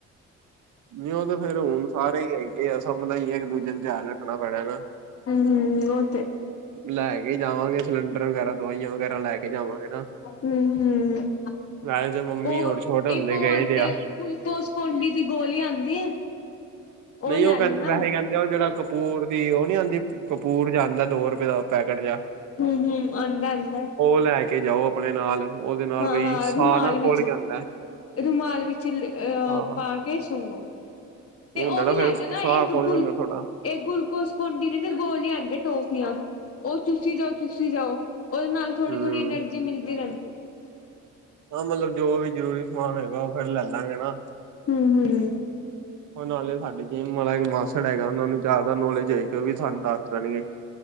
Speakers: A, on the right (about 75°); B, on the left (about 50°).
A: ਨਹੀਂ ਉਹ ਤਾਂ ਫੇਰ ਹੁਣ ਸਾਰੇ ਹੀ ਹੈਗੇ ਆ ਸਾਨੂੰ ਮਤਲਬ ਇੱਕ ਦੂਜੇ ਨੂੰ ਧਿਆਨ ਰੱਖਣਾ ਪੈਣਾ ਗਾ।
B: ਹੂੰ ਉ
A: ਲੈ ਕੇ ਜਾਵਾਂਗੇ ਸਿਲੰਡਰ ਵਗੈਰਾ ਦਵਾਈਆਂ ਵਗੈਰਾ ਲੈ ਕੇ ਜਾਵਾਂਗੇ ਨਾ,
B: ਹੂੰ-ਹੂੰ।
A: ਵੈਸੇ ਤਾਂ ਮੰਮੀ
B: ਉਹ
A: ਹੋਰ ਛੋਟ ਹੁੰਦੇ
B: ਇੱਕ ਉਹ
A: ਗਏ
B: ਆਉਂਦੇ
A: ਤੇ ਆ
B: ਗੁਲੂਕੋਸ ਕੌਡੀ ਦੀ ਗੋਲੀ ਆਉਂਦੀ ਹੈ।
A: ਨਹੀਂ
B: ਲੈ
A: ਉਹ ਕਹਿੰਦੇ
B: ਲੈਣਾ
A: ਵੈਸੇ ਕਹਿੰਦੇ ਉਹ ਜਿਹੜਾ ਕਪੂਰ ਦੀ ਉਹ ਨੀ ਆਉਂਦੀ ਕਪੂਰ ਜਾਂਦਾ ਦੋ ਰੁਪਏ ਦਾ ਪੈਕਟ ਜਹਾ
B: ਹੂੰ, ਹੂੰ, ਆਉਂਦਾ ਆਉਂਦਾ,
A: ਲੈ ਕੇ ਜਾਓ, ਆਪਣੇ ਨਾਲ ਉਹਦੇ ਨਾਲ
B: ਹਾਂ
A: ਬਈ
B: ਹਾਂ
A: ਸਾਹ
B: ਰੁਮਾਲ
A: ਨਾ
B: ਵਿੱਚ,
A: ਖੁੱਲ ਜਾਂਦਾ
B: ਰੁਮਾਲ ਵਿੱਚ ਅਹ
A: ਹਾਂ
B: ਪਾ ਕੇ ਸੁੰਗੋ ਤੇ
A: ਹੁੰਦਾ
B: ਉਹ ਵੀ
A: ਫਿਰ
B: ਲੈ ਜਾਓ ਨਾ
A: ਸਾਹ
B: ਇੱਕ
A: ਖੁੱਲ
B: ਗੁਲ,
A: ਜਾਂਦਾ ਥੋੜਾ
B: ਇਹ ਗੁਲੂਕੋਸ ਕੋਂਡੀ ਦੀਦੇ ਗੋਲੀ ਆਦੇ ਟੋਫ ਉਹ ਚੁਸੀ ਜਾਓ ਚੁਸੀ ਜਾਓ। ਉਹਦੇ ਨਾਲ ਥੋੜੀ
A: ਹਮ
B: ਥੋੜ੍ਹੀ ਨਰਜੀ ਮਿਲਦੀ ਰਹਿੰਦੀ ਹ <unintelligible>
A: ਹਾਂ ਮਤਲਬ ਜੋ ਵੀ ਜ਼ਰੂਰੀ ਸਮਾਨ ਹੈਗਾ ਉਹ ਫਿਰ ਲੈ ਲਾਂਗੇ ਨਾ।
B: ਹਮ ਹਮ
A: ਉਹ ਨਾਲੇ ਸਾਡੇ ਜੇਮ ਵਾਲਾ ਇੱਕ ਮਾਸੜ ਹੈਗਾ ਉਹਨਾਂ ਨੂੰ ਜਾ ਨੌਲੇਜ ਹੈ ਕਿ ਉਹ ਵੀ ਸਾਨੂੰ ਦੱਸ ਦੇਣਗੇ,